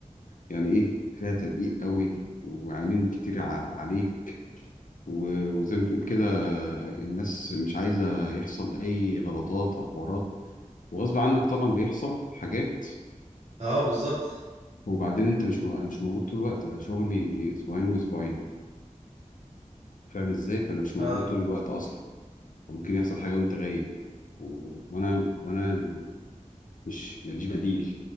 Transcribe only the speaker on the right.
اه بالظبط
اه